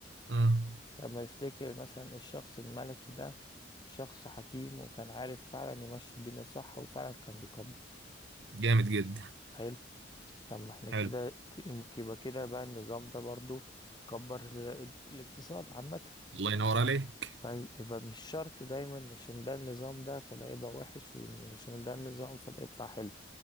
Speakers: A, on the right; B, on the left.
A: مم.
B: طب ما يفتكر مثلا الشخص الملكي ده شخص حكيم وكان عارف فعلا يمشي الدنيا صح وفعلا كان بيكبر
A: جامد جدا
B: حلو طب ما احنا كده
A: حلو
B: يبقى كده بقى النظام ده برضو كبر ال- الاقتصاد عامة
A: الله ينور عليك
B: طيب يبقى مش شرط دايما إن عشان ده النظام ده فده يبقى وحش وعشان ده النظام فده يطلع حلو